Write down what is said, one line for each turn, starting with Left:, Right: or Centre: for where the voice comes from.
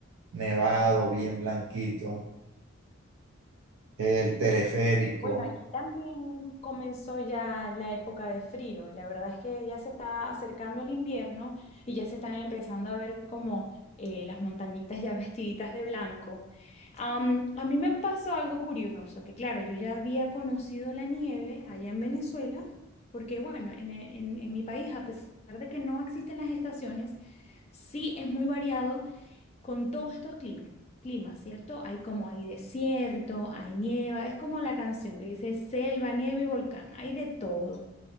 Right: nevado, bien blanquito, el teleférico,
Left: Bueno, aquí también comenzó ya la época de frío. La verdad es que ya se está acercando el invierno y ya se están empezando a ver como eh, las montañitas ya <laughs> vestiditas de blanco. Am, a mí me pasó algo curioso, que claro, yo ya había conocido la nieve allá en Venezuela, porque bueno, en, en en mi país, a pesar de que no existen las estaciones, sí es muy variado con todos estos clim- climas, ¿cierto? Hay como hay desierto, hay nieva, es como la canción que dice selva, nieve y volcán, hay de todo.